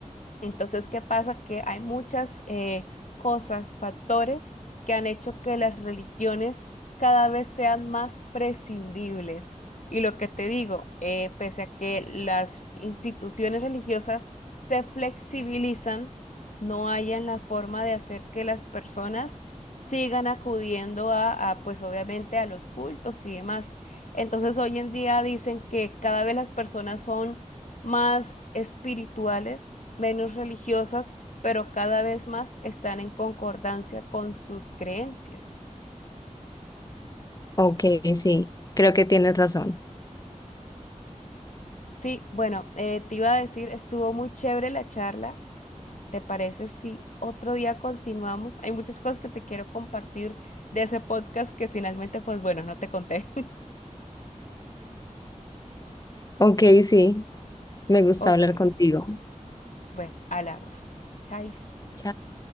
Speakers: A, on the left (about 70°); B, on the left (about 30°).
A: Entonces, ¿qué pasa? Que hay muchas eh, cosas, factores que han hecho que las religiones cada vez sean más prescindibles. Y lo que te digo, eh, pese a que las instituciones religiosas se flexibilizan, no hayan la forma de hacer que las personas sigan acudiendo a, a, pues obviamente, a los cultos y demás. Entonces, hoy en día dicen que cada vez las personas son más espirituales, menos religiosas, pero cada vez más están en concordancia con sus creencias.
B: Ok, sí, creo que tienes razón.
A: Sí, bueno, eh, te iba a decir, estuvo muy chévere la charla. ¿Te parece si otro día continuamos? Hay muchas cosas que te quiero compartir de ese podcast que finalmente, pues bueno, no te conté. <laughs>
B: Ok, sí, me gusta
A: Ok,
B: hablar contigo.
A: bueno, hablamos. Chais.
B: Chao.